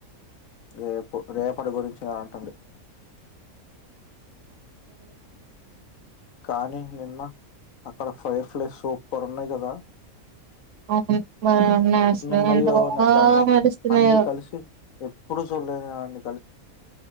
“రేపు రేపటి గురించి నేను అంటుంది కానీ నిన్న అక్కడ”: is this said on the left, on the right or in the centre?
Left